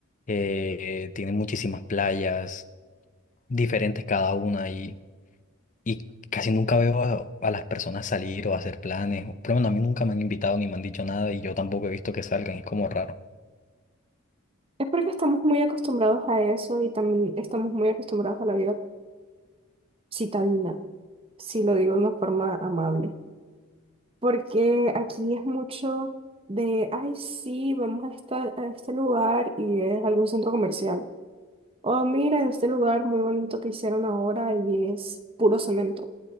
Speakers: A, on the left; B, on the right.
A: eh, tienen muchísimas playas, diferentes cada una, y, y casi nunca veo a, a las personas salir o hacer planes, o- por lo menos a mí nunca me han invitado ni me han dicho nada, y yo tampoco he visto que salgan, es como raro.
B: Es porque estamos muy acostumbrados a eso y también estamos muy acostumbrados a la vida citadina, si lo digo de una forma amable. Porque aquí es mucho de, ay, sí, vamos a estar a este lugar y es algún centro comercial. Oh, mira, en este lugar muy bonito que hicieron ahora y es puro cemento.